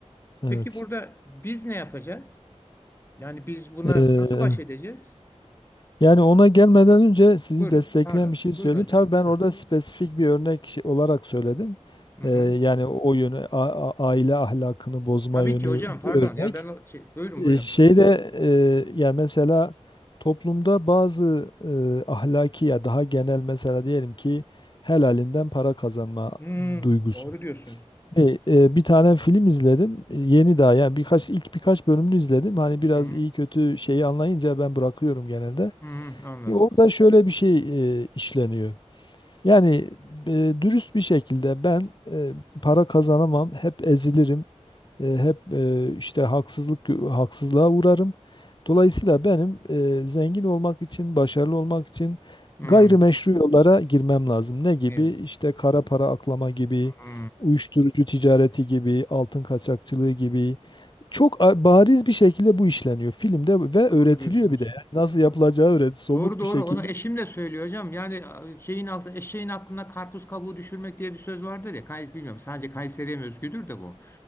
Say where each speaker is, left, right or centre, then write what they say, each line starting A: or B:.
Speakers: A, on the left (about 40°); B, on the left (about 20°).
A: Evet.
B: Peki burada biz ne yapacağız? Yani biz buna
A: Ee,
B: nasıl baş edeceğiz?
A: Yani ona gelmeden önce sizi
B: Buyurun.
A: destekleyen
B: Pardon.
A: bir şey söyleyeyim.
B: Buyurun hocam.
A: Tabii
B: Buyurun.
A: ben orada spesifik bir örnek şey- olarak söyledim.
B: Hı hı.
A: Ee, yani o yönü, a- a- aile ahlakını bozma
B: Tabii
A: yönü
B: ki hocam pardon.
A: bir örnek.
B: Ya ben o şey, buyurun
A: Ee,
B: buyurun.
A: şeyde e, yani mesela toplumda bazı e, ahlaki ya daha genel mesela diyelim ki helalinden para kazanma
B: Hmm,
A: duygusu.
B: doğru diyorsunuz.
A: E, e, bir tane film izledim. E, Yeni daha yani birkaç ilk birkaç bölümünü izledim. Hani biraz
B: Hı hı.
A: iyi kötü şeyi anlayınca ben bırakıyorum genelde.
B: Hı hı, anladım.
A: E, orada şöyle bir şey e, işleniyor. Yani e, dürüst bir şekilde ben e, para kazanamam, hep ezilirim, e, hep e, işte haksızlık haksızlığa uğrarım. Dolayısıyla benim e, zengin olmak için, başarılı olmak için
B: Hı.
A: gayrimeşru yollara girmem lazım. Ne gibi?
B: Evet.
A: İşte kara para aklama gibi,
B: hı.
A: uyuşturucu ticareti gibi, altın kaçakçılığı gibi. Çok a- bariz bir şekilde bu işleniyor filmde ve
B: Doğru
A: öğretiliyor
B: diyorsunuz.
A: bir de. Yani Nasıl yapılacağı
B: Ha,
A: öğret, somut
B: Doğru doğru.
A: bir şekilde.
B: Onu eşim de söylüyor hocam. Yani a, şeyin altı eşeğin aklına karpuz kabuğu düşürmek diye bir söz vardır ya. Kays bilmiyorum. Sadece Kayseri'ye mi özgüdür de bu.